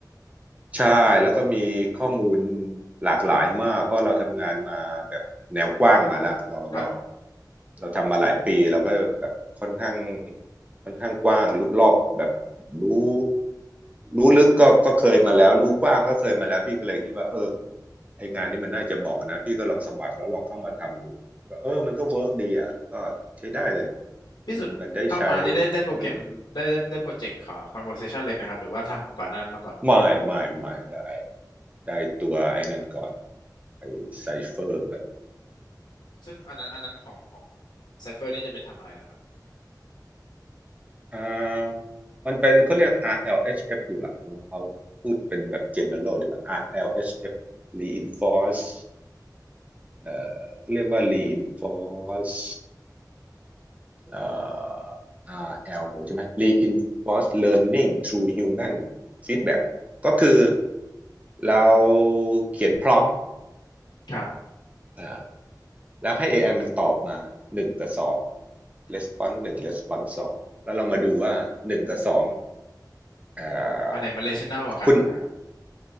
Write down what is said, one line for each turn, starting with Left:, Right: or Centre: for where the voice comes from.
Right: ใช่แล้วก็มีข้อมูลหลากหลายมากเพราะเราทำงานมาแบบแนวกว้างมาแล้วเราเรา
Left: ครับผม
Right: เราทำมาหลายปีเราก็แบบค่อนข้างค่อนข้างกว้างรู้รอบแบบรู้รู้ลึกก็ก็เคยมาแล้วรู้กว้างก็เคยมาแล้วพี่ก็เลยคิดว่าเออไองานนี้มันน่าจะเหมาะนะพี่ก็ลองสมัครแล้วลองเข้ามาทำดูก็เออมันก็เวิร์กดีอ่ะแล้วก็ใช้ได้เลย
Left: อืมพี่สุดเข้ามานี่ได้ได้โปรแกรมได้ได้ได้โปรเจกต์ขอ
Right: มันมันได้ใช้อืม
Left: conversation เลยไหมครับหรือว่าทำก่อนหนานั้นมาก่อน
Right: ไม่ไม่ไม่ได้ได้ตัวไอ้นั่นก่อน ไอไซเฟอร์แบบ
Left: ซึ่งอันนั้นอันนั้นของของ Cypher นี่จะเป็นทำอะไรเหรอครับ
Right: อ่ามันเป็นเขาเรียก RLHF ดีกว่าเอาเอาพูดเป็นแบบ general ดีกว่า RLHF reinforce เอ่อเขาเรียกว่า reinforce เอ่อ RL ใช่ไหม reinforce learning through human feedback
Left: อ๋อ
Right: ก็คือเราเขียนพร้อม
Left: ครับ
Right: อ่าแล้วให้ AI มันตอบมาหนึ่งกับสอง
Left: อืม
Right: response หนึ่ง response สองแล้วเรามาดูว่าหนึ่งกับสองเอ่อ
Left: อันไหนมัน relational กว่ากันเหรอฮะ
Right: คุณ